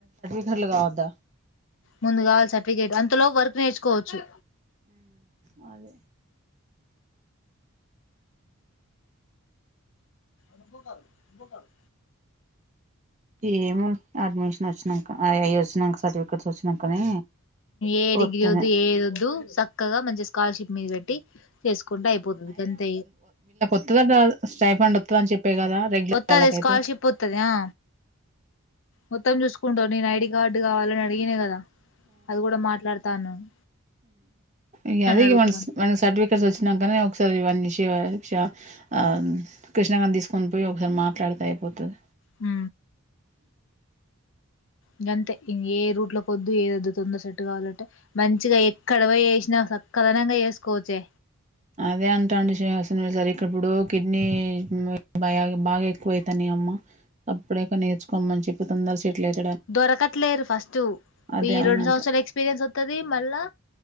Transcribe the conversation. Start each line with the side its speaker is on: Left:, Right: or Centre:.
Right: పద్దరలుగాద్ద
Left: ముందు కావాలి సర్టిఫికేట్ అంతలో వర్క్ నేర్చుకోవచ్చు
Right: ఆ అే
Left: నుబకాదు నుబకాడు
Right: ఏము అడ్మిషన్ వచ్చినాక అయ వచ్చినాక సర్టిఫికెట్స్ వచ్చినాకనే
Left: ఏ
Right: వత్తది
Left: డిగ్రీద్దు ఏదు సక్క చక్కగా మంచి స్కాలర్షిప్ మీద పెట్టి చేసుకుంటూ అయిపోతుందికంత
Right: ఇట్ స్టైఫండ్ వస్తుంద అని చెప్పే కదా రెగ్యులర్
Left: వత్తది
Right: వాళ్ళకైతే
Left: స్కాలర్షిప్ వత్తది ఆ మొత్తం చూసుకుంటావు నేను ఐడి కార్డు కావాలని అడిగిన కదా అది కూడా మాట్లాడుతాన్నాను
Right: ఇ అది
Left: అడుగుతాను
Right: మన మనకి సర్టిఫికేట్స్ వచ్చినాకనీ ఒకసారి ఇవన్నష క్ష ఆ కృష్ణా గని తీసుకొని పోయి ఒకసారి మాట్లాడుత అయిపోతుంది
Left: అ ఇకంతే ఇం ఏ రూట్ లో కొ వద్దు ఏ వ తొంద సెట్టు కావాలంటే మంచి మంచిగా ఎక్కడ పో చేసినా సక్కదనంగా చేసుకోవచ్చే
Right: అదే అంటాండి శ్రసం సార్ ఇక్కడప్పుడు కిడ్నీ బా బాగా ఎక్కువవుతాని అప్పుడేక నేర్చుకోమని చెప్ప తందర సెట్ల్ అయి
Left: దొరకట్లేరు ఫస్ట్
Right: అదే
Left: ఈ
Right: అవునంట
Left: రెండు సంవత్సరాలు ఎక్స్పీరియన్స్ వతుది మళ్ళా